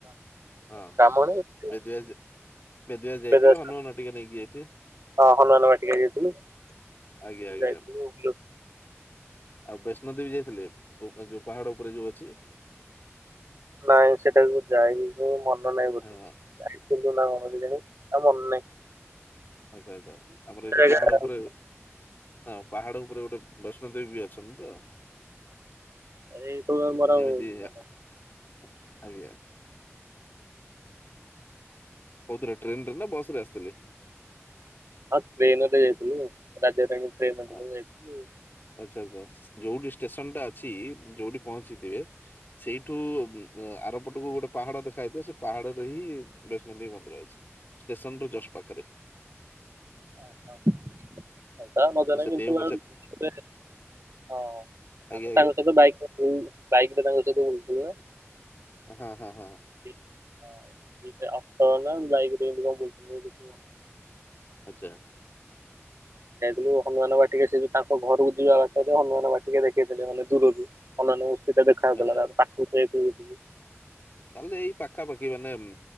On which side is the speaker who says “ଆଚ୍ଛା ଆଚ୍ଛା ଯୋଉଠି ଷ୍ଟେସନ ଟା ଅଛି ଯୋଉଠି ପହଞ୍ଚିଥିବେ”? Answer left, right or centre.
Left